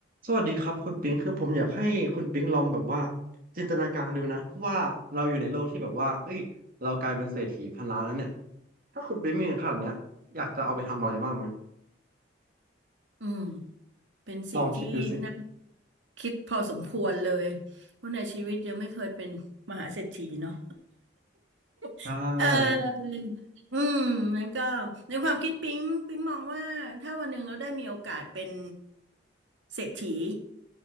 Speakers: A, on the right; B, on the right.
A: สวัสดีครับคุณปิงคือผมอยากให้คุณปิงลองแบบว่าจินตนาการดูนะว่าเราอยู่ในโลกที่แบบว่าเอ้ยเรากลายเป็นเศรษฐีพันล้านแล้วเนี่ยถ้าคุณปิงมีเงินขนาดเนี้ยอยากจะเอาไปทำอะไรบ้างไหม
B: อืมเป็นสิ่งที่น่า
A: ลองคิดดูสิ
B: คิดพอสมควรเลยเพราะในชีวิตยังไม่เคยเป็นมหาเศรษฐีเนาะ <laughs>
A: ได้
B: เอออืมนั้นก็ในความคิดปิ๊งปิ๊งมองว่าถ้าวันหนึ่งเราได้มีโอกาสเป็นเศรษฐี